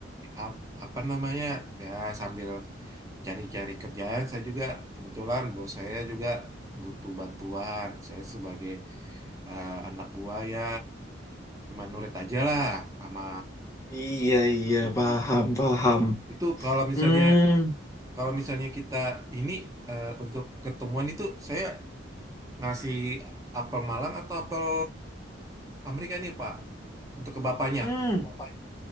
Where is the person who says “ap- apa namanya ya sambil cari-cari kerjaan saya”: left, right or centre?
Right